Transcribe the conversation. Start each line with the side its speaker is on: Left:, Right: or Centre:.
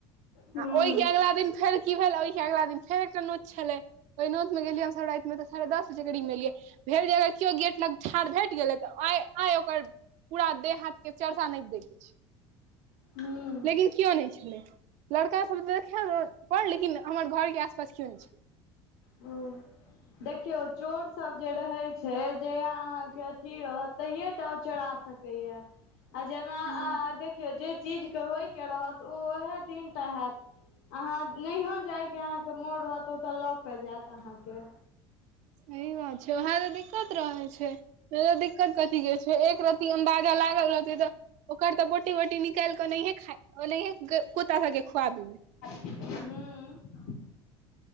Left: हूँ
Right: आ ओहिके अगिला दिन फेर की भेल ओहिके अगिला दिन फेर एकटा नोत छलै वोई नोथ में गेलियै हमरााति मे त साढ़े दस बजे करीब मे एलियै भेल जे अगर केओ गेट लग ठाढ़ भेट गेलै तऽ आइ आ ओकर पूरा देह हाथ के चर्चा नहि द छै
Left: हूँ
Right: लेकिन कओ नहि छलै लड़कासभ तऽ देख पर लेकिन हमर घरके आसपास कओ नहि छलै
Left: ओ देखिऔ चोर सब जे रहय छै जहिया अहाँके अथी रहत तहिये टा ओ चोरा सक कहिए आ जेना
Right: हँ
Left: अहाँ देख जे चीजके होइके रहत ओ ओएह दिनटा हैत अहाँ नहियो जायके अहाँके मोन रहत ओतऽ लऽ के जैत अहाँके
Right: सही बात छै वएह तऽ दिक्कत रहै छै दिक्कत कथी के छै एक रत अंबाजा लागल रहते तऽ ओकर तऽ बोटी बोटी निकाल कऽ ओनाये खा ओनाये ग कूत्ता सभ के खुआ दियो
Left: हूं